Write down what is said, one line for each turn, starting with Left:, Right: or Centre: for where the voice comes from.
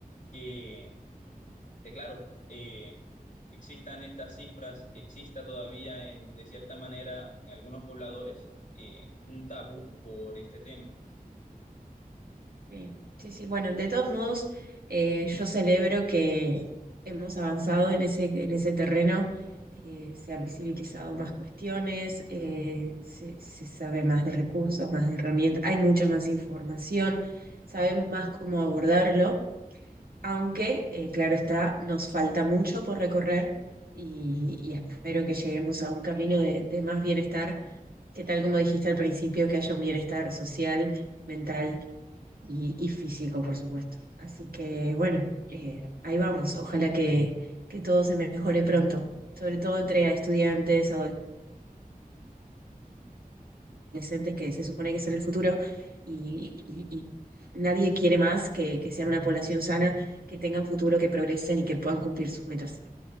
Left: que, que claro, eh, existan estas cifras, que exista todavía en- de cierta manera en algunos pobladores eh, un tabú por este tema.
Right: Sí, sí, sí. Bueno, de todos modos, eh, yo celebro que hemos avanzado en ese, en ese terreno, eh, se han visibilizado más cuestiones, eh, se, se sabe más de recursos, más de herramientas, hay mucha más información, sabemos más cómo abordarlo, aunque, eh, claro está, nos falta mucho por recorrer y, y espero que lleguemos a un camino de, de más bienestar, que tal como dijiste al principio, que haya un bienestar social, mental y, y físico, por supuesto. Así que bueno, eh, ahí vamos. Ojalá que, que todo se mejore pronto, sobre todo entre estudiantes, adolescentes, que se supone que son el futuro y, y- y nadie quiere más que, que sean una población sana, que tengan futuro, que progresen y que puedan cumplir sus metas.